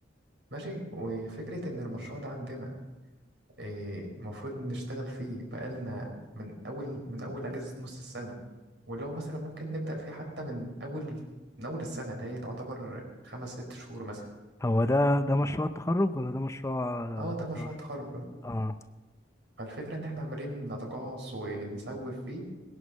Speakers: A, on the right (about 80°); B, on the left (about 15°).
A: ماشي وفكرة إن المشروع ده عندنا إيه، المفروض نشتغل فيه بقالنا من أول من أول أجازة نص السنة ولو مثلا ممكن نبدأ فيه حتى من أول من أول السنة اللي هي تعتبر خمس ست شهور مثلا
B: هو ده ده مشروع التخرج ولا ده مشروع
A: اه ده مشروع
B: تبع-
A: تخرج
B: اه
A: فالفكرة إن إحنا عمالين نتقاعس ونسوف فيه